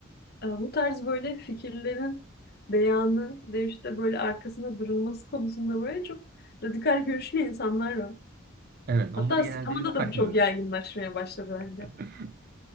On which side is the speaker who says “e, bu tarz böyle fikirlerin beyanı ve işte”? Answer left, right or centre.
Left